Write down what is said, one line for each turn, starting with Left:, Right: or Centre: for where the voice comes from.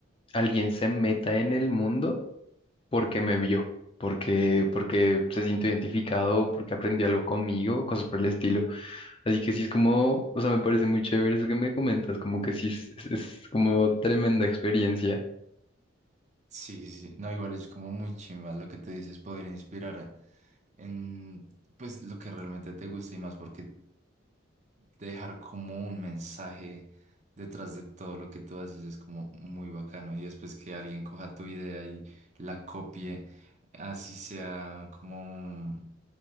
Left: alguien se meta en el mundo porque me vio. Porque, porque se sintió identificado, porque aprendió algo conmigo, cosas por el estilo. Así que sí es como, o sea, me parece muy chévere eso que me comentas, como que sí es, es es como tremenda experiencia.
Right: Sí, sí, sí. no, igual es como muy chimba lo que te dices, poder inspirar a- en pues lo que realmente te gusta y más porque dejar como un mensaje detrás de todo lo que tú haces es como muy bacano. Y después que alguien coja tu idea y la copie, así sea como,